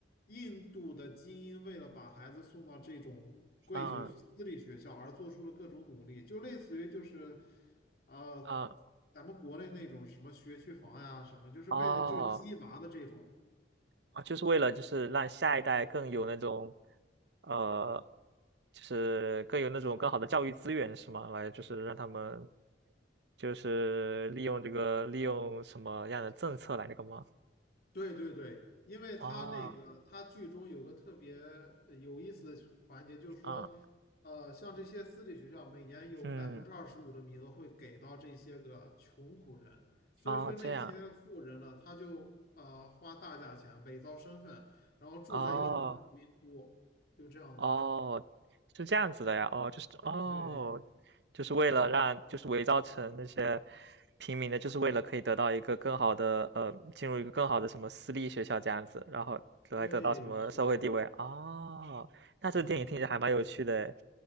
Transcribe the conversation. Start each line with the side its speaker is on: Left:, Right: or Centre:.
Left: 印度的精英为了把孩子送到这种贵族私立学校而做出了各种努力，
Right: 嗯
Left: 就类似于就是呃，
Right: 嗯，
Left: 咱们国内那种什么学区房呀，什么就是为了就是鸡娃的这种。
Right: 哦啊，就是为了就是让下一代更有那种，呃，就是更有那种更好的教育资源是吗？来，就是让他们就是利用这个利用什么样的政策来那个吗？
Left: 对对对，因为他那个他剧中有个特别
Right: 哦，
Left: 呃有意思的环节，就是说，
Right: 啊，
Left: 呃，像这些私立学校每年有百分之二十五的名额会给到这些个穷苦人，
Right: 嗯，
Left: 所以说那些富人呢，
Right: 哦，这样。
Left: 他就呃花大价钱伪造身份，然后住在印度的贫民窟，
Right: 哦，
Left: 就这样子。
Right: 哦，是这样子的呀，哦，就是哦，
Left: 对
Right: 就是为了让就是伪造成那些平民的，就是为了可以得到一个更好的，呃，进入一个更好的什么私立学校这样子，然后来得到什么社会地位，
Left: 对，是的，
Right: 哦，那这个电影听着还蛮有趣的诶，
Left: 是的，是的，